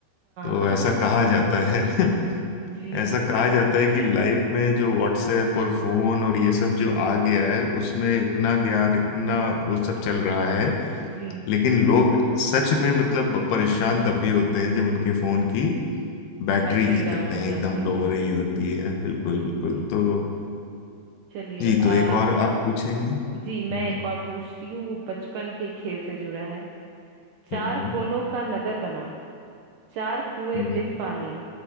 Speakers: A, on the left (about 75°); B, on the right (about 75°).
A: तो
B: हाँ
A: ऐसा कहा जाता है <laughs>
B: <laughs> जी
A: ऐसा कहा जाता है कि लाइफ में जो व्हाट्सएप और फोन और ये सब जो आ गया है उसमें इतना ज्ञान इतना वो सब चल रहा है
B: जी
A: लेकिन लोग सच में मतलब परेशान तभी होते हैं जब उनके फोन की बैटरी
B: बैटरी
A: क्या
B: डाउन
A: कहते हैं
B: हो जाती
A: एकदम लो
B: है
A: हो रही होती है बिल्कुल
B: जी
A: बिल्कुल
B: जी
A: तो
B: चलिए
A: जी
B: आ
A: तो एक और आप पूछेंगे हम्म
B: जी मैं एक और पूछती हूँ वो बचपन के खेल से जुड़ा है चार
A: हम्म
B: कोनों का नगर बना चार कुएं
A: हम्म
B: बिन पानी